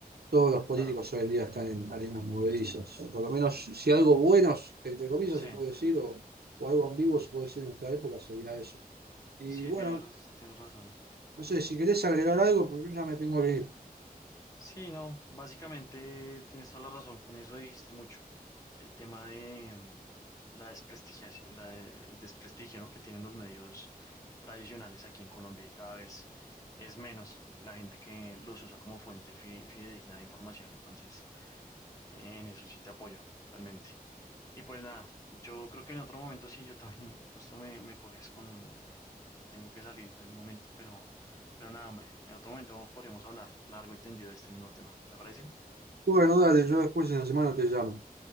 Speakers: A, on the right; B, on the left.
A: todos los políticos
B: claro,
A: hoy en día están en arenas movedizas. Por lo menos si algo buenos, entre comillas,
B: sí,
A: se puede decir, o, o algo ambiguo se puede decir en nuestra época, sería eso. Y
B: sí,
A: bueno,
B: tienes, tienes razón.
A: no sé, si querés agregar algo, porque yo ya me tengo que ir.
B: Sí, no, básicamente tienes toda la razón, con eso dijiste mucho. El tema de mm, la desprestigiación, la el desprestigio, ¿no? que tienen los medios tradicionales aquí en Colombia y cada vez es menos la gente que los usa como fuente fi- fidedigna de información. Entonces, eh, en eso sí te apoyo, realmente. Y pues nada, yo creo que en otro momento sí, yo también <laughs> justo me, me coges con... Tengo que salir en un momento, pero, pero nada, hombre. En otro momento podríamos hablar largo y tendido de este mismo tema. ¿Te parece?
A: Bueno, dale, yo después en la semana te llamo.